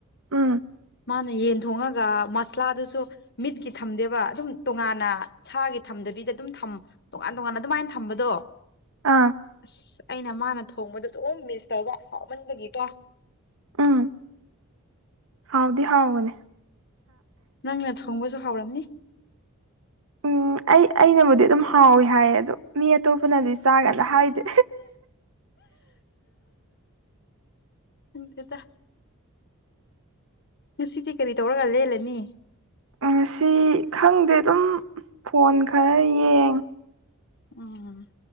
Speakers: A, on the right; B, on the left.
A: ꯎꯝ
B: ꯃꯥꯅ ꯌꯦꯟ ꯊꯣꯡꯉꯒ ꯃꯁꯂꯥꯗꯨꯁꯨ ꯃꯤꯠꯀꯤ ꯊꯝꯗꯦꯕ ꯑꯗꯨꯝ ꯇꯣꯉꯥꯟꯅ ꯁꯥꯒꯤ ꯕꯤꯗ ꯑꯗꯨꯝ ꯊꯝ ꯇꯣꯉꯥꯟ ꯇꯣꯉꯥꯟꯅ ꯑꯗꯨꯃꯥꯏꯅ ꯊꯝꯕꯗꯣ
A: ꯑꯥ
B: ꯑꯁ ꯑꯩꯅ ꯃꯥꯅ ꯊꯣꯡꯕꯗ ꯑꯗꯨꯝ ꯃꯤꯁ ꯇꯧꯕ ꯍꯥꯎꯃꯟꯕꯒꯤꯀꯣ
A: ꯎꯝ ꯍꯥꯎꯗꯤ ꯍꯥꯎꯒꯅꯦ
B: ꯅꯪꯅ ꯊꯣꯡꯕꯁꯨ ꯈꯥꯎꯔꯝꯅꯤ
A: ꯎꯝ ꯑꯩ ꯑꯩꯅꯕꯨꯗꯤ ꯑꯗꯨꯝ ꯍꯥꯎꯋꯤ ꯍꯥꯏꯌꯦ ꯑꯗꯣ ꯃꯤ ꯑꯇꯣꯞꯄꯅꯗꯤ ꯆꯥꯒꯗ ꯍꯥꯏꯗꯦ
B: ꯎꯗꯦꯇꯥ ꯅꯨꯡꯁꯤꯗꯤ ꯀꯔꯤ ꯇꯧꯔꯒ ꯂꯦꯜꯂꯅꯤ
A: ꯉꯁꯤ ꯈꯪꯗꯦ ꯑꯗꯨꯝ ꯐꯣꯟ ꯈꯔ ꯌꯦꯡ
B: ꯎꯝ